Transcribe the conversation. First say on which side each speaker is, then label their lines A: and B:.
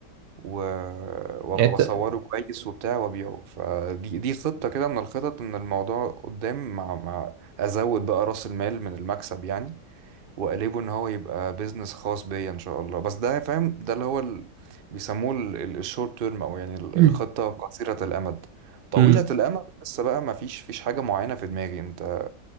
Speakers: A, on the right; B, on the right.
A: و- و-
B: يعني انت
A: واصوره كويس وبتاع وابيعه فدي دي خطة كده من الخطط ان الموضوع قدام مع, مع ازود بقى راس المال من المكسب يعني واقلبه ان هو يبقى بيزنس خاص بيا ان شاء الله بس ده فاهم ده اللي هو ال... بيسموه الشورت تيرم او يعني ال-
B: <clears throat>
A: الخطة قصيرة الامد طويلة
B: امم
A: الامد لسه بقى ما فيش فيش حاجة معينة في دماغي انت